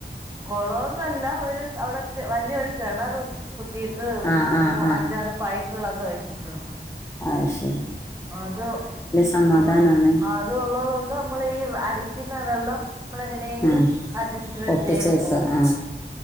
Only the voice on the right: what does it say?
കുളന്നല്ല ഒരു അവിടെ വലിയൊ ഒരു കിണറ് കുത്തിയിട്ട്
അഞ്ചാറ് പൈപ്പുകളൊക്കെ വെച്ചു ചിട്ടന്ന്
അത്
ആഹ് അത് ഒള്ളത് കൊണ്ട് നമ്മള് ഈ അടിക്കുന്ന വെള്ളം നമ്മളെങ്ങനെയെങ്കിലും
അഡ്ജസ്റ്റ്മെന്റ്
ചെയ്ത്
പോകും